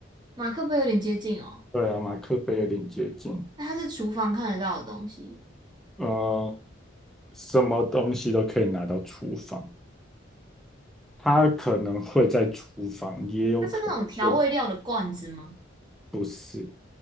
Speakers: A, on the right; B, in the centre.
A: 马克杯有点接近哦。
B: 对啊，马克杯有点接近。
A: 那它是厨房看得到的东西，
B: 呃，什么东西都可以拿到厨房，它可能会在厨房，也有可能不
A: 它是那种调味料的罐子吗？
B: 不是。